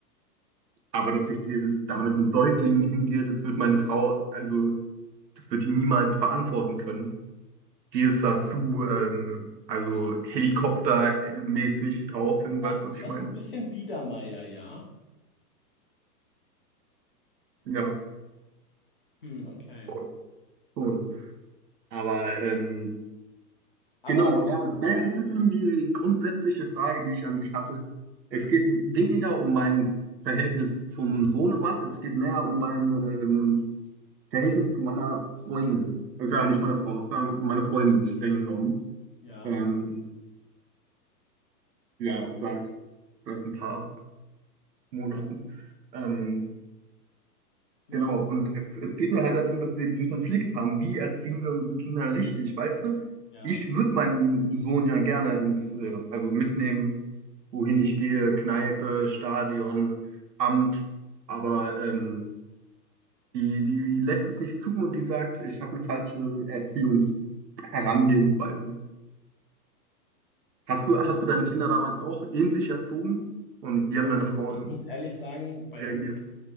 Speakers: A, on the right; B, on the left.
A: Aber dass ich dir da mit einem Säugling hingehe, das wird meine Frau, also das wird die niemals verantworten können. Die ist da zu, ähm, also helikoptermäßig drauf, wenn du
B: Ja,
A: weißt, was ich
B: das
A: meine.
B: ist ein bisschen Biedermeier, ja.
A: Ja,
B: Hm, okay.
A: schon. schon. Aber ähm,
B: Aber
A: genau, ja, naja, das ist eben die grundsätzliche Frage, die ich an dich hatte. Es geht weniger um mein Verhältnis zum Sohnemann, es geht mehr um mein ähm, Verhältnis zu meiner Freundin. Das ist ja eigentlich meine Frau, das war meine Freundin streng genommen.
B: ja,
A: Ähm, ja, seit, seit ein paar Monaten. Ähm,
B: ja,
A: genau, und es, es geht mir halt darum, dass wir diesen Konflikt haben. Wie erziehen wir unsere Kinder richtig, weißt du?
B: ja.
A: Ich würde meinen Sohn ja gerne ins, äh, also mitnehmen, wohin ich gehe, Kneipe, Stadion, Amt, aber ähm, die, die lässt es nicht zu und die sagt, ich habe eine falsche Erziehungsherangehensweise. Hast du, hast du deine Kinder damals auch ähnlich erzogen? Und wie
B: Oh,
A: haben
B: Also
A: deine Frauen
B: ich muss ehrlich sagen, bei
A: reagiert.
B: uns,